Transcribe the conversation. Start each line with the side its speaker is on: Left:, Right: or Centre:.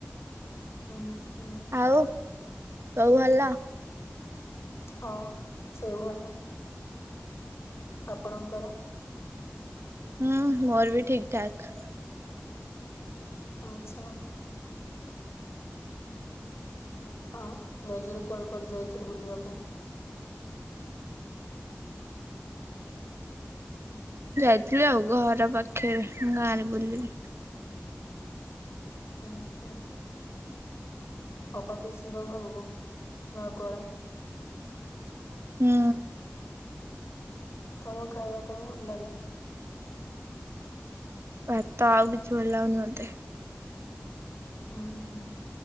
Left: ହଁ ହଁ।
Right: ଆଉ ସବୁ ଭଲ।
Left: ହଁ ସେଇଭଳିଆ। ଆପଣଙ୍କର?
Right: ହୁଁ ମୋର ବି ଠିକ ଠାକ।
Left: ଆଚ୍ଛା। ହ ରଜରେ କୁଆଡ଼େ କୁଆଡ଼େ ଯାଇଥିଲି ବୁଲିବାକୁ?
Right: ଯାଇଥିଲି ଆଉ ଘର ପାଖରେ ମୁଁ ଗାଁରେ ବୁଲିଲି।
Left: <unintelligible> ଅପା ପିଇସିଙ୍କ <unintelligible> ଆଉ କୁଆଡେ
Right: ହୁଁ।
Left: ତମକୁ ଖାଇବା କଣ ଭଲ ଲାଗେ?
Right: ଭାତ ଆଉ କିଛି ଭଲ ଲାଗୁନି ମୋତେ।
Left: ଉଁ ହୁଁ।